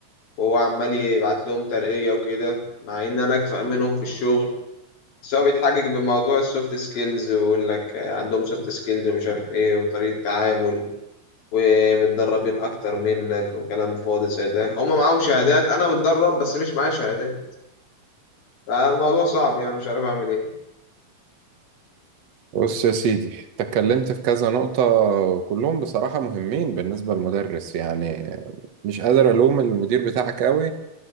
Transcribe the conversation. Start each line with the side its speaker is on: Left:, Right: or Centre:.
Left: وهو عمال يبعت لهم ترقية وكده مع إن أنا أكفأ منهم في الشغل بس هو بيتحجج بموضوع السوفت سكيلز ويقول لك عندهم سوفت سكيلز ومش عارف إيه وطريقة تعامل ومتدربين أكتر منك وكلام فاضي زي ده هما معاهم شهادات أنا متدرب بس مش معايا شهادات فالموضوع صعب يعني مش عارف أعمل إيه
Right: بص يا سيدي اتكلمت في كذا نقطة وكلهم بصراحة مهمين بالنسبة للمدرس يعني مش قادر الوم المدير بتاعك قوي